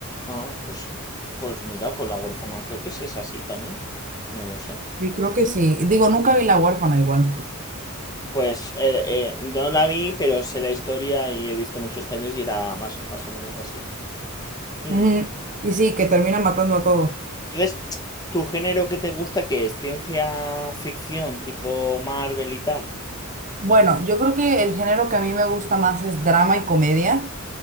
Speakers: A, on the left (about 15°); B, on the right (about 35°).
A: ah, pues, pues mira, pues la huérfana creo que sí es así también. No lo sé.
B: Y creo que sí. Digo, nunca vi La huérfana igual.
A: Pues eh, eh, no la vi, pero sé la historia y he visto muchos trailers y era más, más o menos así. Mm.
B: Ujú. Y sí, que termina matando a todos.
A: Entonces, ¿tu género que te gusta qué es? ¿Ciencia ficción tipo Marvel y tal?
B: Bueno, yo creo que el género que a mí me gusta más es drama y comedia.